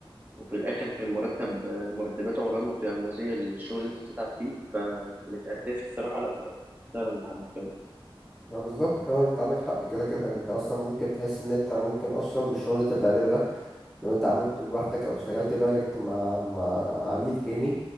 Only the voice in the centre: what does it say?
ما بالظبط فعلا انت عندك حق كده كده انت اصلا ممكن تحس ان انت ممكن اصلا بالشغل اللي انت بتعمله ده لو انت عملته لوحدك او اشتغلت دايركت مع مع عميل تاني